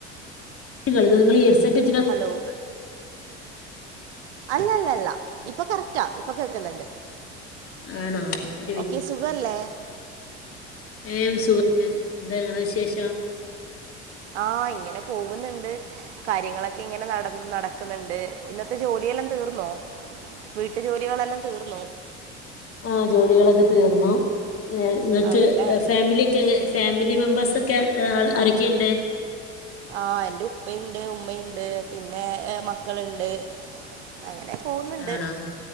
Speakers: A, on the left; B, on the right.
A: കേൾക്ക്ന്ന് ഇങ്ങള് ഹെഡ് സെറ്റ്
B: ഹലോ അല്ലല്ലല്ല. ഇപ്പൊ കറക്റ്റാ ഇപ്പൊ കേക്ക്ന്ന്ണ്ട്.
A: ആണോ ഒരു
B: ഓക്കെ സുഖല്ലേ
A: ഏം സുഖന്നെ എന്താ ഇങ്ങളെ വിശേഷം
B: ആഹ് ഇങ്ങനെ പോകുന്നുണ്ട്. കാര്യങ്ങളൊക്കെ ഇങ്ങനെ നട നടക്ക്ന്ന്ണ്ട്. ഇന്നത്തെ ജോലിയെല്ലാം തീർന്നോ? വീട്ട് ജോലികളെല്ലാം തീർന്നോ?
A: ആഹ് ജോലികളൊക്കെ തീർന്നു. അ ഇങ്ങക്ക്
B: ആണല്ലേ
A: ഫാമിലി ഒക്കെ ഫാമിലി മെമ്പേഴ്സ് ഒക്കെ ആരെക്കെണ്ട്?
B: ആഹ് എന്റെ ഉപ്പയ്ണ്ട് ഉമ്മയ്ണ്ട് പിന്നെ മക്കള്ണ്ട്. അങ്ങനെ പോവ്ന്നുണ്ട്.
A: ആണോ